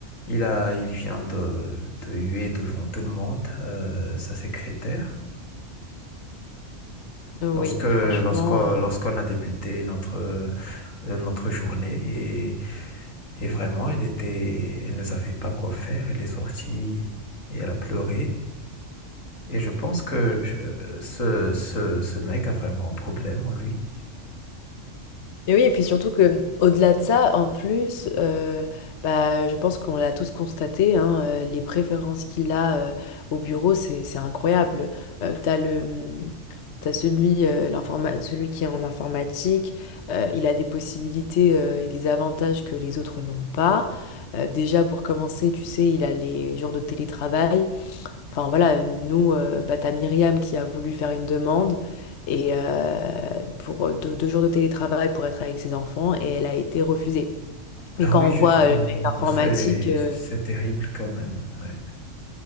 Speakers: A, on the left (about 85°); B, on the left (about 65°).
A: il a, il vient de, de huer devant tout le monde, euh, sa secrétaire.
B: oui
A: Lorsque, lorsqu'on,
B: franchement euh,
A: lorsqu'on a débuté notre, euh, notre journée et, et vraiment, elle était, elle ne savait pas quoi faire, elle est sortie et elle a pleuré. Et je pense que je- ce, ce, ce mec a vraiment un problème en lui.
B: Et oui, et puis surtout que au-delà de ça, en plus, euh, bah, je pense qu'on l'a tous constaté, hein, euh, les préférences qu'il a euh, au bureau, c'est c'est incroyable. Euh, t'as le hum, t'as celui euh, l'informa- celui qui est en informatique, euh, il a des possibilités euh, et des avantages que les autres n'ont pas. Euh, déjà pour commencer, tu sais, il a les jours de télétravail. Enfin voilà, nous, euh, bah, t'as Myriam qui a voulu faire une demande et euh, pour euh, deux, deux jours de télétravail pour être avec ses enfants et elle a été refusée. Mais
A: Ah
B: quand
A: oui,
B: on
A: justement,
B: voit euh, le mec d'informatique,
A: c'est,
B: euh,
A: c'est terrible quand même. ouais.